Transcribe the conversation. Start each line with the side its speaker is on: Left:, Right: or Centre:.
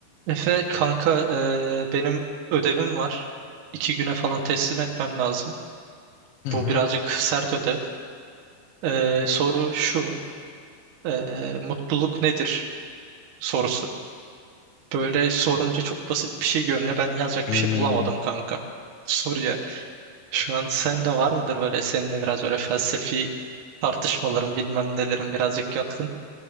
Right: Efe kanka eee, benim ödevim var. İki güne falan teslim etmem lazım.
Left: Hı hı.
Right: Bu birazcık sert ödev. Eee, soru şu. eee, mutluluk nedir sorusu. Böyle sorunca çok basit bir şey görünüyor. Ben yazacak
Left: Hmm,
Right: bir şey bulamadım kanka soruya. Şu an sende var mıdır böyle seninle biraz böyle felsefi tartışmaların bilmem nelerin birazcık yatkın.